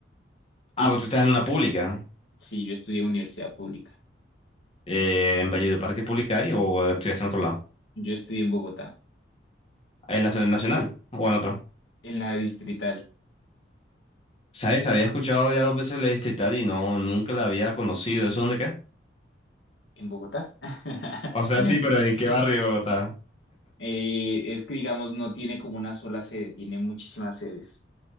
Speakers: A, on the left (about 30°); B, on the left (about 70°).
A: Ah, pero tú estás en una pública.
B: Sí, yo estudié en universidad pública.
A: Eh, ¿en Valledupar qué pública hay o eh, estudias en otro lado?
B: Yo estudié en Bogotá,
A: en la serie nacional o en otra.
B: en la distrital,
A: ¿Sabes? Había escuchado ya dos veces la distrital y no, nunca la había conocido. ¿Eso dónde queda?
B: en Bogotá. <laughs>
A: O sea, sí, pero ¿en qué barrio de Bogotá?
B: Eh, es que, digamos, no tiene como una sola sede, tiene muchísimas sedes.